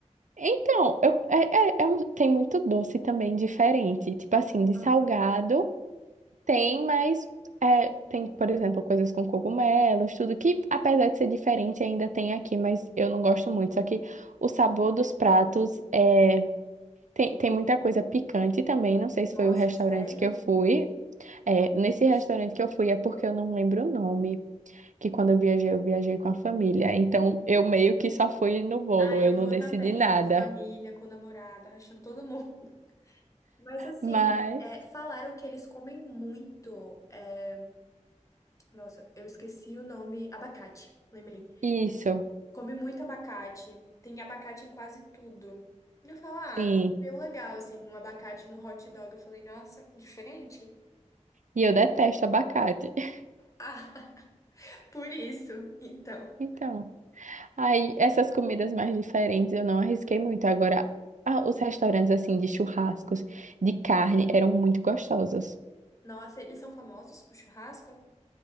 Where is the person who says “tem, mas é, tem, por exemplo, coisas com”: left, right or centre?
Right